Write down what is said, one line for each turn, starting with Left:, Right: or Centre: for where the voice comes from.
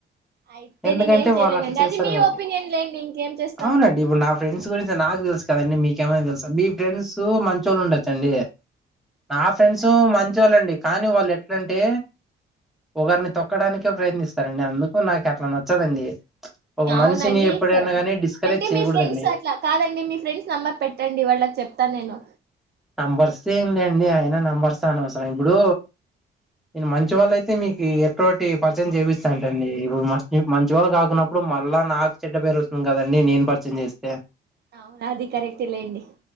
Right: అయితే
Centre: ఎందుకంటే
Right: నేనేం చేయలేనండి
Centre: వాళ్ళు అట్లా చేస్తారు
Right: అది మీ
Centre: కాబట్టి
Right: ఒపీనియన్ లేండి ఇంకేం చేస్తాం
Centre: అవునండి ఇప్పుడు నా ఫ్రెండ్స్ గురించి నాకు తెలుసు కదండి మీకు మైనా తెలుసా మీ ఫ్రెండ్స్ మంచోళ్ళు ఉండొచ్చండి నా ఫ్రెండ్స్ మంచి వాళ్ళండి కానీ వాళ్ళు ఎట్లంటే ఒకరిని తొక్కడానికే ప్రయత్నిస్తారండి అందుకు నాకు అట్లా నచ్చదండి ఒక
Right: అవునండి
Centre: మనిషిని ఎప్పుడైనా
Right: సరే
Centre: కానీ డిస్కరేజ్
Right: అంటే
Centre: చేయకూడదండి
Right: మీ ఫ్రెండ్స్ అట్లా కాదండి మీ ఫ్రెండ్స్ నెంబర్ పెట్టండి వాళ్ళకి చెప్తాను. నేను
Centre: నంబర్స్ ఏం లేండి. అయిన నెంబర్స్ అనవసరం ఇప్పుడు నేను మంచి వాళ్ళ అయితే మీకు ఎటువంటి పరిచయం చేయిపిస్తాంటండి ఇప్పుడు మ మంచివాళ్ళు కాకున్నప్పుడు మళ్ళా నాకు చెడ్డ పేరు వస్తుంది కదండి. నేను పరిచయం చేస్తే
Right: అవును అది కరెక్ట్ లేండి